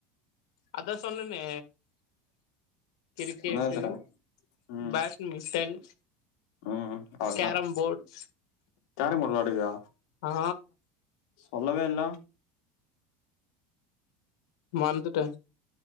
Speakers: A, on the left (about 85°); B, on the left (about 65°).
A: அதா சொன்னெனே கிரிக்கெட்டு
B: என்னது ம்
A: பேட்மிட்டன்
B: ம் அவ்ளதா
A: கேரம்போட்
B: கேரம் போர்டு வெளாடுவியா
A: ஆ
B: சொல்லவே இல்ல
A: மந்துட்டே